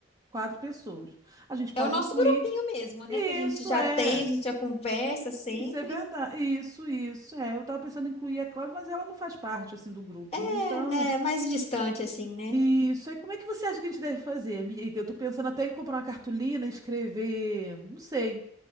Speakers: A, on the right; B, on the left.
A: Quatro pessoas. A gente pode
B: É o nosso
A: incluir.
B: grupinho mesmo, né,
A: Isso
B: que a gente já
A: é.
B: tem, a gente já conversa sempre,
A: Isso é verdade. Isso, isso. É, eu tava pensando em incluir a Cláudia, mas ela não faz parte assim do grupo,
B: é,
A: né? Então,
B: né, mais distante assim, né?
A: isso. e como é que você acha que a gente deve fazer, amiga? Eu tô pensando até em comprar uma cartolina e escrever, não sei,